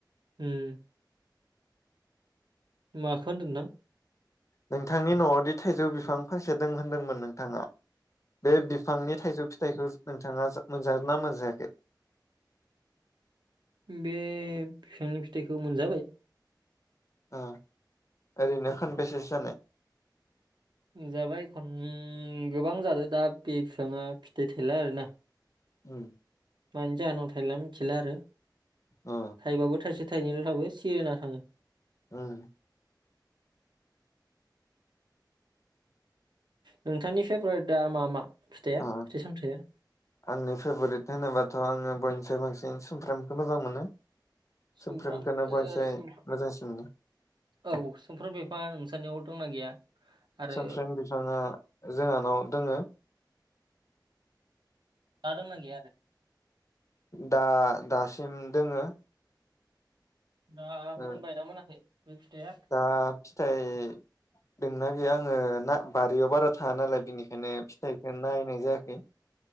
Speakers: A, on the right; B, on the left.
A: ओम माखो होनदों नों?
B: नोंथांनि न'आवदि थाइजौ बिफां फांसे दों होनदोंमोन नोंथाङा। बे बिफांनि थाइजौ फिथाइखौ नोंथाङा जा मोनजादोंना मोनजायाखै?
A: बे फिफांनि फिथाइखौ मोनजाबाय।
B: ओ ओरैनो खानबेसेसो जानाय?
A: जाबाय खन गोबां जादों दा बे फिफाङा फिथाइ थायला आरोना।
B: उम
A: मानि जाहोनाव थायला मिथिला आरो।
B: ओ
A: थाइबाबो थाइसे थाइनैल' थाबाय सिरिना थाङो।
B: उम
A: नोंथांनि फेभराइटआ मा मा फिथाइया
B: अ
A: फिथाइ सामथाइया?
B: आंनि फेभराइट होनोबाथ' आङो बयनिसाय बांसिन सुमफ्रामखौनो मोजां मोनो।
A: सुमफ्राम
B: सुमफ्रामखौनो
A: ओ
B: बयनिसाय
A: सुमफ्राम
B: मोजांसिन मोनो।
A: औ सुमफ्राम बिफाङा नोंसानियाव दंना गैया? आरो
B: सुमफ्राम बिफाङा जोंहानाव दोङो।
A: दा दंना गैया आरो?
B: दा दासिम दोङो।
A: दा मोनबायना
B: ओ
A: मोनाखै बे फिथाइया?
B: दा फिथाइ दंना गैया आङो ना बारियाव बारा थाङा नालाय बिनिखायनो फिथाइखो नायनाय जायाखै।